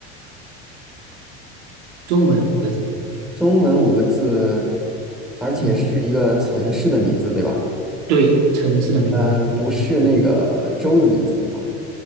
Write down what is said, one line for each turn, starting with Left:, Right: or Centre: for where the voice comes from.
Right: 中文五个字，对，
Centre: 中文五个字，而且是一个城市的名字，
Right: 嗯，
Centre: 对吧？
Right: 对，城市的名字
Centre: 呃，不是那个州的名字，对吧？